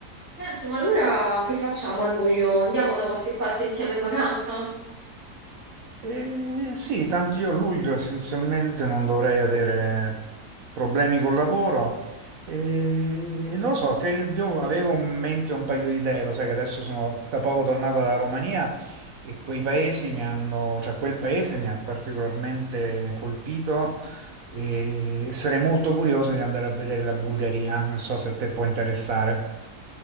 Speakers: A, on the right (about 40°); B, on the right (about 60°).
A: Senti, ma allora che facciamo a luglio? Andiamo da qualche parte insieme in vacanza?
B: Eh, sì, tanto io a luglio essenzialmente non dovrei avere problemi col lavoro e non lo so, che io avevo in mente un paio di idee, lo sai che adesso sono da poco tornato dalla Romania e quei paesi mi hanno, cioè quel paese mi ha particolarmente colpito e sarei molto curioso di andare a vedere la Bulgaria, non so se te può interessare.